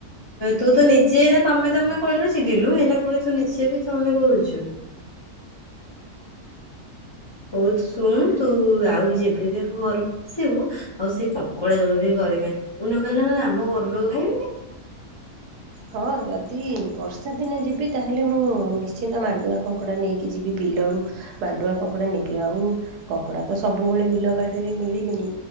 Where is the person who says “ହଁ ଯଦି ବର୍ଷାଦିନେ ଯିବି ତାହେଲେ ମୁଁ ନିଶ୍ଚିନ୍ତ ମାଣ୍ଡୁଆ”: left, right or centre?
Right